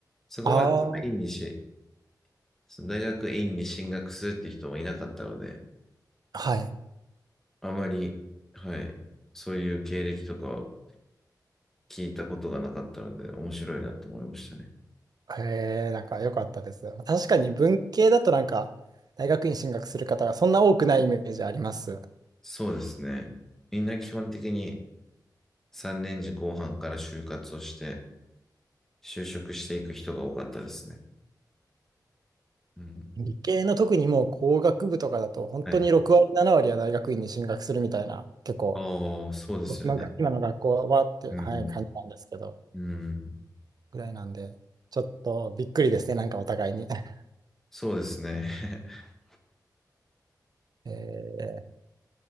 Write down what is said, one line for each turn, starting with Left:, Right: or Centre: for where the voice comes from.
Centre: そこまでその院にし、
Right: ああ、
Centre: その大学院に進学するって人もいなかったので、
Right: はい。
Centre: あまり、はい、そういう経歴とかを聞いたことがなかったので、面白いなと思いましたね。
Right: へえ、なんか良かったです。確かに文系だとなんか、大学院進学する方がそんな多くないイメージあります。あ
Centre: そうですね。みんな基本的に3年次後半から就活をして、就職していく人が多かったですね。うん。
Right: ー理系の特にもう工学部とかだと、本当に6割、
Centre: はい。
Right: 7割は大学院に進学するみたいな、結構、
Centre: ああ、そうですよね。
Right: 僕のが今の学校はって、
Centre: うん。
Right: はい、感じなんですけど、
Centre: うん。
Right: ぐらいなんで、ちょっとびっくりですね、なんかお互いに。<laughs>
Centre: そうですね。<laughs>
Right: えー